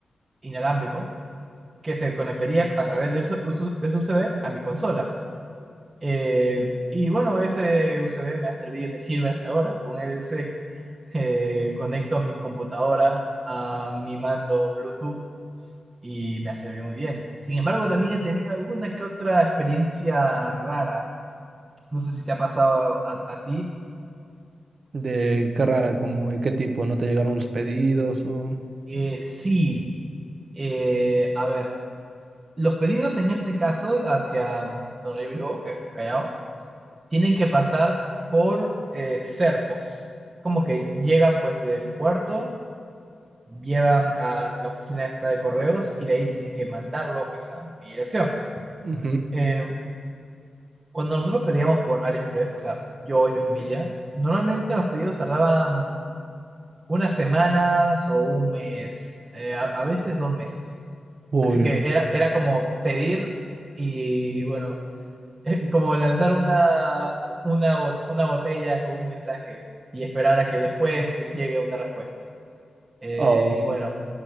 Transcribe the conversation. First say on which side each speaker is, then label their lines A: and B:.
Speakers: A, on the right; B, on the right.
A: inalámbrico que se conectaría a través de, su, de su USB a mi consola. Eh, y bueno, ese USB me ha servido, me sirve hasta ahora. Con ese eh, conecto mi computadora a mi mando Bluetooth y me ha servido muy bien. Sin embargo, también he tenido alguna que otra experiencia rara. No sé si te ha pasado a, a ti.
B: De qué rara, como en qué tipo, no te llegaron los pedidos o...
A: Eh, sí, eh, a ver, los pedidos en este caso hacia mm, donde yo vivo, que- Callao, tienen que pasar por eh, Serpos. Como que llegan pues del puerto, llevan a la oficina esta de correos y de ahí tienen que mandarlo pues a mi dirección.
B: Ujú.
A: Eh, cuando nosotros pedíamos por AliExpress, o sea, yo y mi familia, normalmente los pedidos tardaban unas semanas o un mes, eh, a, a, veces dos meses.
B: Uy,
A: Así que era, era como pedir y bueno, <laughs> Como lanzar una, una, bo- una botella con un mensaje y esperar a que después llegue una respuesta. Eh,
B: ah, ok.
A: y bueno,